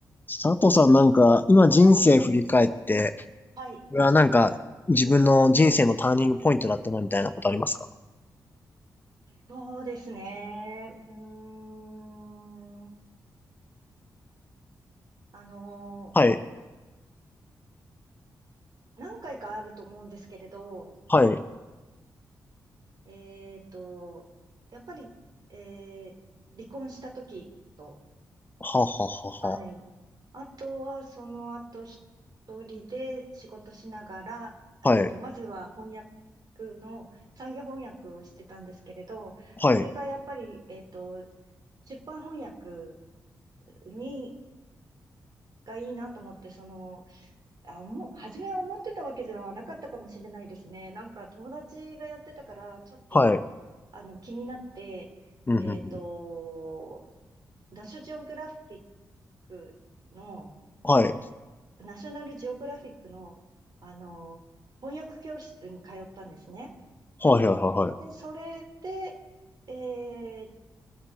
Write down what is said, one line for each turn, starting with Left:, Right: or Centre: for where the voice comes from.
Left: 佐藤さんなんか、今人生振り返って、
Right: はい。はい。
Left: これはなんか、自分の人生のターニングポイントだったなみたいなことありますか
Right: そうですね。うーん。あの
Left: はい、
Right: ー、何回かあると思うんですけれど、
Left: はい、
Right: えっと、やっぱり、えー離婚した時と、
Left: ははは
Right: はい。あとは、その後、一人で仕事しながら、
Left: は、
Right: えっと、
Left: はい、
Right: まずは翻訳の、産業翻訳をしてたんですけれど、
Left: はい、
Right: それがやっぱり、えっと、出版翻訳に、がいいなと思って、その、あ、もう、初めは思ってたわけじゃなかったかもしれないですね。なんか友達がやってたから、ちょっと、
Left: はい、
Right: あの、気になって、
Left: うん、
Right: えっと、
Left: うん、うん、
Right: ナショジオグラフィックの、
Left: はい、
Right: ナショナルジオグラフィックの、あの、翻訳教室に通ったんですね。
Left: はい、はい、はい、
Right: で、それで、えっ